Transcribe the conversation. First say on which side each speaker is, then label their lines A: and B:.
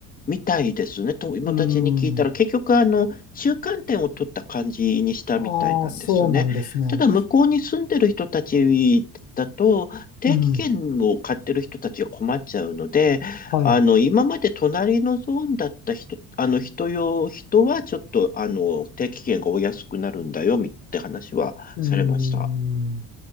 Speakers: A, on the left; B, on the left.
A: みたいですね。友達に聞いたら、
B: うん。
A: 結局あの、中間点を取った感じにしたみたいなんですね。
B: ああ、そうなんですね。
A: ただ、向こうに住んでる人たちだと、定期券を買ってる人たちが困っちゃうので、
B: うん。はい。
A: あの、今まで隣のゾーンだった人、あの、人用、人はちょっと、あの、定期券がお安くなるんだよ、みって話はされました。
B: うん。